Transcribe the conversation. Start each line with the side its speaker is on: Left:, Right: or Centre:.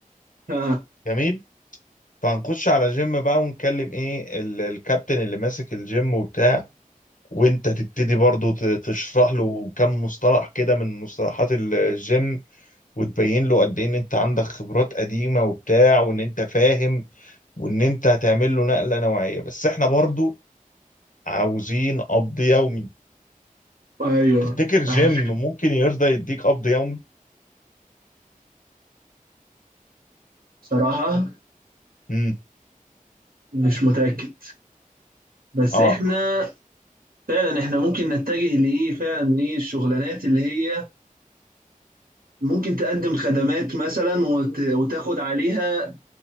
Right: آه.
Left: جميل فهنخش على جيم بقى ونكلم ايه ال- الكابتن اللي ماسك الجيم وبتاع وانت تبتدي برضو ت- تشرح له كم مصطلح كده من مصطلحات الجيم وتبين له قد ايه ان انت عندك خبرات قديمة وبتاع وان انت فاهم وان انت هتعمل له نقلة نوعية بس احنا برضو عاوزين قبض يومي
Right: ايوه
Left: تفتكر جيم
Right: آه.
Left: ممكن يرضى يديك قبض يومي
Right: صراحة
Left: امم
Right: مش متأكد بس
Left: اه
Right: احنا فعلا احنا ممكن نتجه لايه فعلا ايه الشغلانات اللي هي ممكن تقدم خدمات مثلا وت... وتاخد عليها